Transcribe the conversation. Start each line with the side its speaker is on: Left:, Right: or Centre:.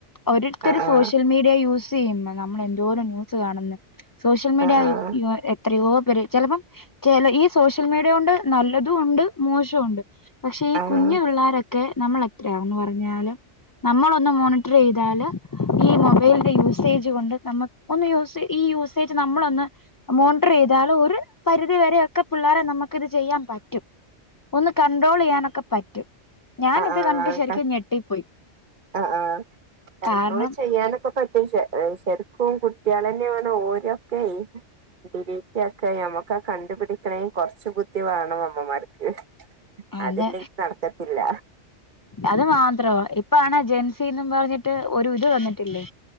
Left: ഒരിട്ത്തൊരു
Right: ആഹ്
Left: സോഷ്യൽ മീഡിയ യൂസ് ചെയ്യുന്നു നമ്മൾ എന്തോരം ന്യൂസ് കാണുന്നു സോഷ്യൽ മീഡിയ
Right: ആഹ് ആഹ്
Left: യു ആ ഏ എത്രയോ പേര് ചിലപ്പം ചില ഈ സോഷ്യൽ മീഡിയം കൊണ്ട് നല്ലതും ഉണ്ട് മോശവും ഉണ്ട് പക്ഷെ ഈ
Right: ആഹ്
Left: കുഞ്ഞു പിള്ളോരൊക്കെ നമ്മളെ എത്രയാന്ന് പറഞ്ഞാലും നമ്മളൊന്ന് മോണിറ്ററ് ചെയ്താൽ ഈ മൊബൈലിന്റെ യൂസേജ് കൊണ്ട് നമ്മക്ക് ഒന്ന് യൂസ് ഈ യൂസേജ് നമ്മളൊന്ന് മോണിറ്റർ ചെയ്താൽ ഒരു പരിധിവരെയൊക്കെ പിള്ളേരെ നമ്മുക്ക് ഇത് ചെയ്യാൻ പറ്റും റ്റും ഒന്ന് കണ്ട്രോൾ ചെയ്യാനൊക്കെ പറ്റും ഞാനിത്
Right: ആ ആ
Left: കണ്ടിട്ട് ശരിക്കും ഞെട്ടിപ്പോയി
Right: ആ ആ കണ്ട്രോൾ
Left: കാരണം
Right: ചെയ്യാനൊക്കെ പറ്റും ശ ശെരിക്കും കുട്ടി കുട്ടികള തന്നെ വേണം ഓരൊക്കെ ഓരെക്കെ ഡിലീറ്റ് ആക്കാൻ നമ്മക്ക് കണ്ടുപിടിക്കണേ കൊറച്ചു ബുദ്ധി വേണം അമ്മമാർക്ക്
Left: അത്
Right: അതില്ലങ്കി നടക്കത്തില്ല
Left: അത് മാത്രോ ഇപ്പ ആണേ ജെൻസിന്നും പറഞ്ഞിട്ട് ഒരു ഇത് വന്നിട്ടില്ലേ